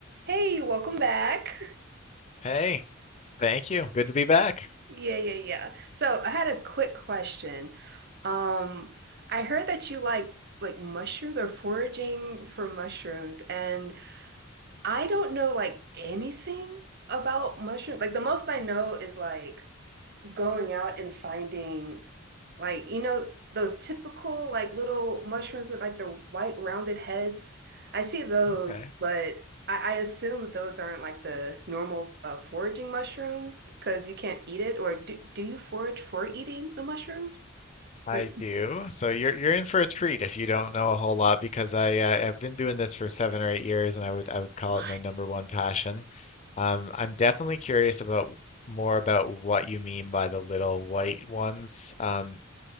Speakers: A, on the right; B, on the left.
A: Hey, welcome back. <laughs>
B: Hey, thank you. Good to be back.
A: Yeah, yeah, yeah. So I had a quick question. Um, I heard that you like like mushrooms or foraging for mushrooms, and I don't know like anything about mushrooms. Like the most I know is like going out and finding Like, you know, those typical like little mushrooms with like the white rounded heads. I see those,
B: Okay.
A: but I, I assume those aren't like the normal uh, foraging mushrooms because you can't eat it. Or do, do you forage for eating the mushrooms?
B: I
A: Like,
B: do. So you're you're in <laughs> for a treat if you don't know a whole lot because I uh, I've been doing this for seven or eight years and I would I would call
A: What?
B: it my number one passion. Um, I'm definitely curious about more about what you mean by the little white ones. Um,